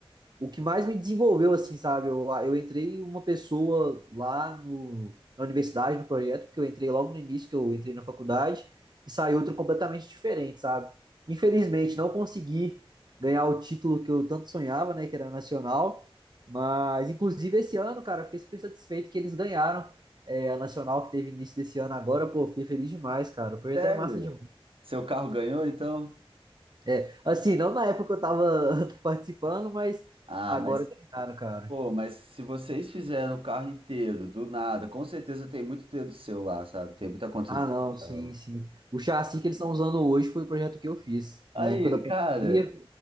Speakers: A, on the right; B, on the right.
A: o que mais me desenvolveu, assim, sabe? Eu, eu entrei uma pessoa lá no, na universidade, no projeto, porque eu entrei logo no início, que eu entrei na faculdade, e saí outra completamente diferente, sabe? Infelizmente, não consegui ganhar o título que eu tanto sonhava, né? Que era nacional. Mas, inclusive, esse ano, cara, eu fiquei super satisfeito que eles ganharam. é, a Nacional que teve início desse ano agora, pô, eu fiquei feliz demais, cara. O projeto
B: Sério?
A: é massa demais.
B: Seu carro ganhou, então?
A: É, assim, não na época que eu tava <laughs> participando, mas
B: Ah,
A: agora
B: mas,
A: ganharam, cara.
B: pô, mas se vocês fizeram o carro inteiro, do nada, com certeza tem muito dedo seu lá, sabe? Tem muita contribuição.
A: Ah, não, sim, sim. O chassi que eles estão usando hoje foi o projeto que eu fiz
B: Aí,
A: na época da pandemia.
B: cara,